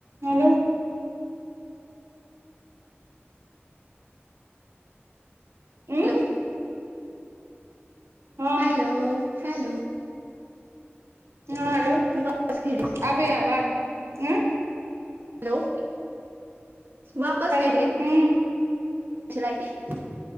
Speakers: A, on the right; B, on the right.
A: हेलो हँ
B: हेलौ
A: हँ
B: हेलो हैलो
A: हँ हालौ
B: ख <unintelligible>
A: अबै आबाज आँ
B: हेलौ वापस
A: हेलो
B: कट गेल
A: हूँ
B: ल क <unintelligible> <unintelligible>